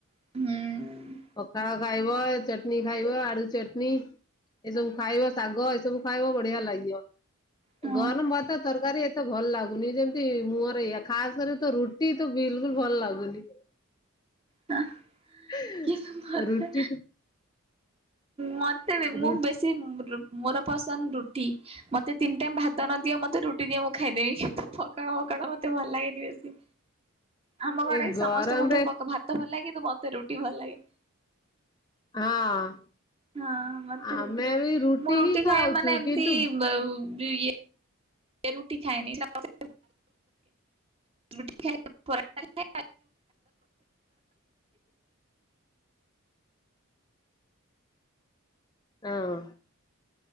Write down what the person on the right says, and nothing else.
ହୁଁ।
ହୁଁ
ହଁ
କିଏ ମତେ
ମତେ ବି
ମୁଁ ବେଶୀ ରୁ ମୋର ପସନ୍ଦ ରୁଟି ମତେ ତିନି ଟାଇମ୍ ଭାତ ତ ନଦିଅ ମୋତେ ରୁଟି ଦିଅ ମୁଁ ଖାଇଦେବି <unintelligible> କାରଣ କାରଣ ମତେ ଭଲ ଲାଗେନି ବେଶୀ ଆମ ଘରେ
ସମସ୍ତଙ୍କୁ ଭଭ ଭାତ ଭଲ ଲାଗେ କିନ୍ତୁ ମତେ ରୁଟି ଭଲ ଲାଗେ।
ହଁ ମତେ
ରୁଟି ଭଲ ଲାଗେ
ମୁଁ ରୁଟି
ଖାଏ ମାନେ ଏମିତି
ଏ ରୁଟି ଖାଏନି <inaudible> ରୁଟି ଖାଏ। ପରଟା ଖାଏ।